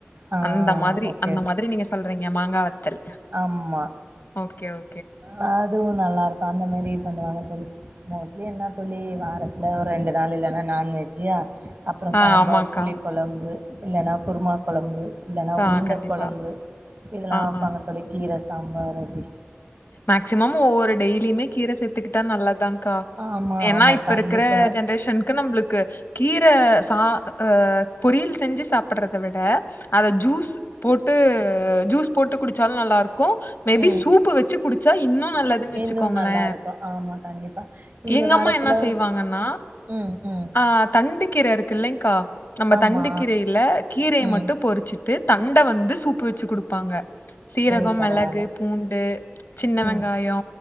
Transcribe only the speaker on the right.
ஆ
ஓகே,
ஆம்மா
அ அதுவு நல்லா இருக்கு அந்த மாரி பண்ணுவாங்க தோழி மோஸ்ட்லி என்ன தோழி வாரத்துல ஒரு ரெண்டு நாள் இல்லலனா நான் வெஜ்ஜூ அ அப்றோ
சாம்பார்
புளி கொழம்பு இல்லன்னா குருமா கொழம்பு இல்லன்னா
உருண்ட
கொழம்பு இதெல்லா
பண்ணே தோழி கீர சாம்பார் அப்டி
ஆமா,
ஆமா.
கண்டிப்பா.
ம்.
இன்னும் நல்லாருக்கும். ஆமா, கண்டிப்பா. இங்க
வாரத்துல
ம் ம்
ஆமா.
ம்.
ஓ! பரவால்ல.
ம்,